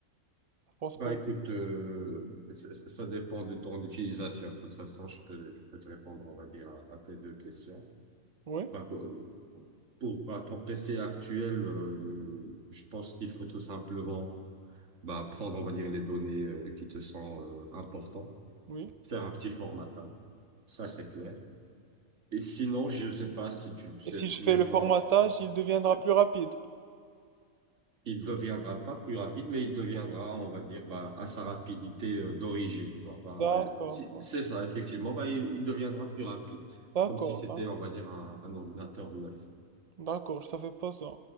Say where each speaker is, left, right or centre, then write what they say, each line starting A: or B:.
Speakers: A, on the right (about 40°); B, on the right (about 60°).
A: tu penses
B: Bah
A: quoi?
B: écoute, euh, ça, ça- dépend de ton utilisation De toute façon, je peux, je peux te répondre, on va dire, à, à tes deux questions.
A: Oui,
B: Bah, euh, pour bah, ton PC actuel, euh, je pense qu'il faut tout simplement bah, prendre, on va dire, les données euh, qui te sont euh, importantes,
A: oui.
B: faire un petit formatage, ça c'est clair. Et sinon, je sais pas si tu sais
A: Et si je
B: même
A: fais le formatage,
B: pas.
A: il deviendra plus rapide.
B: Il deviendra pas plus rapide, mais il deviendra, on va dire, bah, à sa rapidité euh, d'origine. Bah, bah,
A: D'accord,
B: euh, si-
A: ouais.
B: c'est ça, effectivement. Bah, il, il deviendra plus rapide,
A: D'accord.
B: comme si c'était,
A: hein.
B: on va dire, un, un ordinateur neuf.
A: D'accord, je savais pas ça.